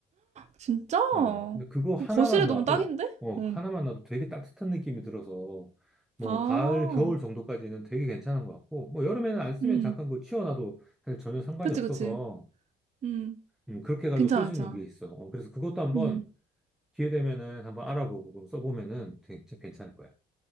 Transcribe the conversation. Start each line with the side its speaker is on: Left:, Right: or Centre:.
Right: 진짜?
Centre: 어, 근데 그거 하나만
Right: 그 거실에 놓으면
Centre: 놔도
Right: 딱인데?
Centre: 어,
Right: 응.
Centre: 그 하나만 놔도 되게 따뜻한 느낌이 들어서 뭐
Right: 아,
Centre: 가을, 겨울 정도까지는 되게 괜찮은 것 같고 뭐 여름에는 안 쓰면
Right: 음.
Centre: 잠깐 그거 치워놔도 사실 전혀 상관이
Right: 그치,
Centre: 없어서
Right: 그치. 음.
Centre: 음, 그렇게 해가지고
Right: 괜찮아,
Centre: 쓸 수
Right: 괜찮아.
Centre: 있는 게 있어. 어, 그래서 그것도 한번
Right: 음.
Centre: 기회 되면은 한번 알아보고 그거 써보면은 되게 괜찮을 거야.